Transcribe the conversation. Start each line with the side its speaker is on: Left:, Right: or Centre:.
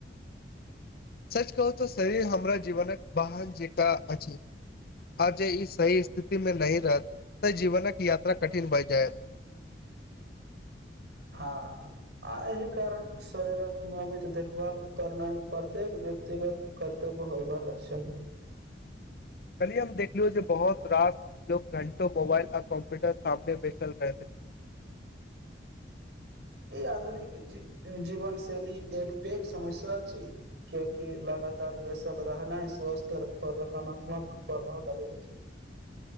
Left: सच कहू तऽ शरीर हमरा जीवनक बाहन जेकाँ अछि आ जे ई सही स्थिति मे नही रहत तऽ जीवनक यात्रा कठिन भए जायत
Right: हँ आ एहि कारण शरीरक नियमित देखभाल करनाइ प्रत्येक व्यक्तिगत कर्तव्य होबाक चाही
Left: कल्हि हम देखलो जे बहुत रास लोग घंटो मोबाइल आ कंप्यूटर सामने बैसल रहैत अछि
Right: ई आधुनिक जीवन शैली एक पैघ समस्या अछि कियकि लगातार बेसल रहनाइ स्वास्थ पर नाकारात्मक प्रभाव डालैत अछि